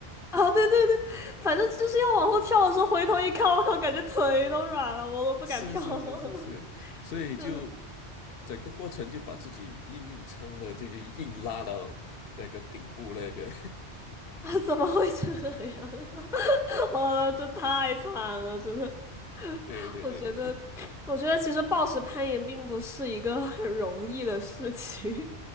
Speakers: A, in the centre; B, on the left (about 65°).
A: 啊，对对对，反正就是要往后跳的时候，回头一看，我靠，感觉腿都软了，我都不敢跳了。
B: 是是是是是，所以就
A: <laughs> 就
B: 整个过程就把自己硬硬撑了，这个硬拉到那个顶部那边。
A: 啊，怎么会这样？<laughs> 哇，这太惨了，真的。
B: <laughs> 对对对，
A: 我觉得，我觉得其实暴食攀岩并不是一个很容易的事情。